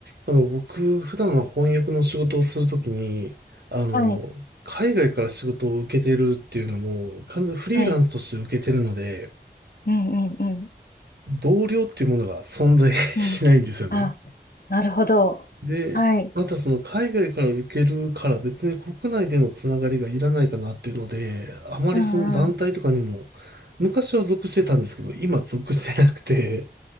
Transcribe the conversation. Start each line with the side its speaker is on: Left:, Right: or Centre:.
Right: あの、僕、普段の翻訳の仕事をするときに、あの、
Left: はい、
Right: 海外から仕事を受けてるっていうのも、完全フリーランスとして受けてるので、
Left: はい。うん、うん、うん、
Right: 同僚っていうものが存在 <laughs>
Left: うん。
Right: しないんですよね。
Left: あ、なるほど。
Right: で、
Left: はい。
Right: またその海外から受けるから別に国内でのつながりがいらないかなっていうので、あまりその団体とかにも、
Left: うん、うん。
Right: 昔は属してたんですけど、今属してなくて、